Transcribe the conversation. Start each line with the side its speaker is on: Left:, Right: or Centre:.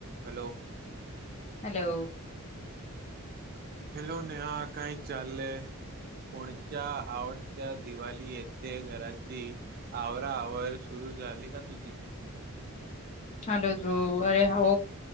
Right: Hello
Left: hello
Right: फेलून हा काही चाल पुणच्या आवडत्या दिवाळी येथे घराची आवरा आवर सुरू झाली का तुझी
Left: हॅलो तू अरे हो